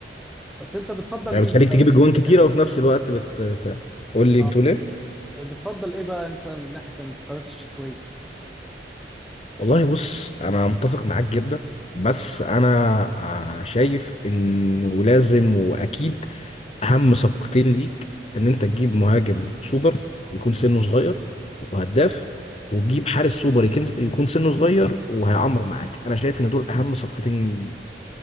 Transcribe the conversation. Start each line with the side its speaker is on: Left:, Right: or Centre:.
Centre: بس انت بتفضل
Left: يعني
Centre: مين
Left: بتخليك
Centre: بقى
Left: تجيب اجوان
Centre: في البتاع
Left: كتيره
Centre: دي؟
Left: وفي نفس الوقت بت بتاع قول لي
Centre: اه
Left: بتقول ايه
Centre: بتفضل ايه بقى انت من ناحية الانتقالات الشتوية؟
Left: والله بص انا متفق معاك جدا بس انا آه، شايف ان ولازم واكيد اهم صفقتين ليك ان انت تجيب مهاجم سوبر يكون سنه صغير وهداف وتجيب حارس سوبر يكن- يكون سنه صغير وهيعمر معاك انا شايف ان دول اهم صفقتين